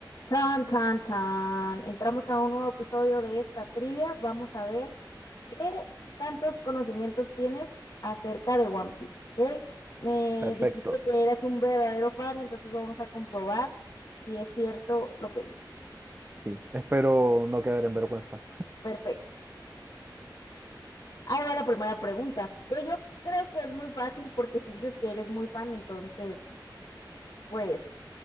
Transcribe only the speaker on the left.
Tan, tan, tan. Entramos a un nuevo episodio de esta trivia. Vamos a ver qué tantos conocimientos tienes acerca de One Piece, ¿ok? Me
dijiste que eras un verdadero fan, entonces vamos a comprobar si es cierto lo que dices.
Perfecto. Ahí va la primera pregunta, que yo creo que es muy fácil porque si dices que eres muy fan, entonces pues,